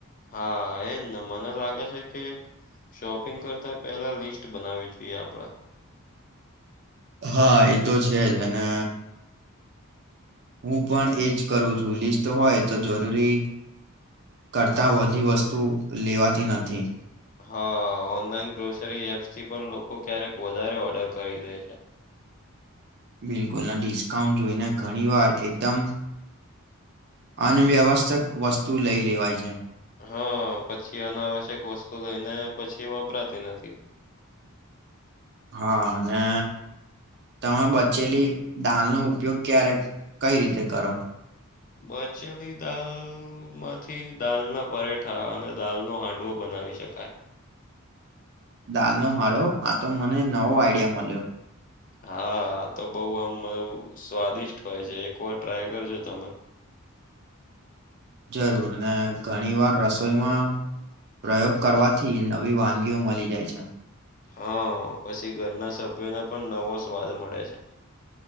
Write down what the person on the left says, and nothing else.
હા એજ ને મને લાગે છે કે શોપિંગ કરતાં પહેલા લિસ્ટ બનાવી જોઈએ આપણે.
હા ઓનલાઈન ગ્રોસરી એપ્સથી પણ લોકો ક્યારેક વધારે ઓર્ડર કરી દે છે.
હા પછી અનાવશ્યક વસ્તુ લઈ ને પછી વપરાતી નથી.
બચેલી દાલ માંથી દાલ ના પરેઠા અને દાલ નો હાંડવો બનાવી શકાય.
હા તો બઉ આમ સ્વાદિષ્ટ હોય છે એક વાર ટ્રાય કરજો તમે.
હા પછી ઘરના સભ્યોને પણ નવો સ્વાદ મળે છે.